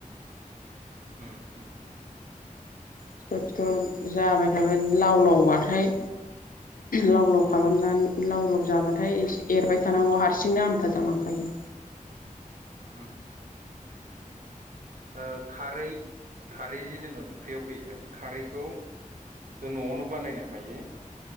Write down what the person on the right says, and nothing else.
होम होम
होम ओ खारै खारै जि जोङो ओंख्रियाव होयो बे खारैखौ जों न'आवनो बानायनो हायो।